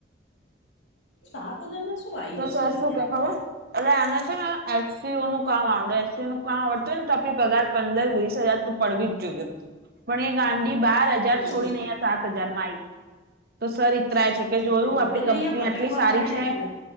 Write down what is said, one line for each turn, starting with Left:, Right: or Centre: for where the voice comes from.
Left: સાત હજાર શું આવી
Right: તો
Left: હશે
Right: સર
Left: રિયા.
Right: શું કે ખબર એટલે એને છે ને એસસીઓ નું કામ આવડે એસસીઓ ન આવડત હોય ને તો આપણી પગાર પંદર વીસ હજાર તો પડવી જ જોઈએ પણ એ ગાડી બાર.
Left: હમ
Right: હજાર છોડી નં સાત હજાર માઇ. તો સર ઈતરાય છે કે જોયું
Left: હમ
Right: આપડી
Left: એટલે
Right: કંપની
Left: અહિયાં ભટકવા
Right: આટલી સારી
Left: મળે
Right: છે.
Left: ને એટલે